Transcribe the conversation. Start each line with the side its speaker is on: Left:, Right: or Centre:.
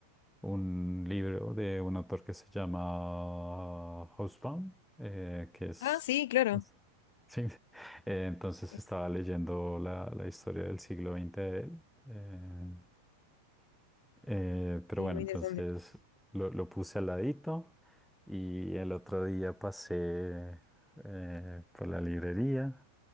Centre: un libro de un autor que se llama Housebound, eh, que es...
Left: Ah, sí, claro.
Centre: pues, Sí, <laughs> eh, entonces
Left: Eh,
Centre: estaba leyendo la, la historia del siglo veinte de él. eh, eh, pero
Left: Sí,
Centre: bueno,
Left: muy
Centre: entonces
Left: interesante.
Centre: lo, lo puse al ladito y el otro día pasé eh, por la librería,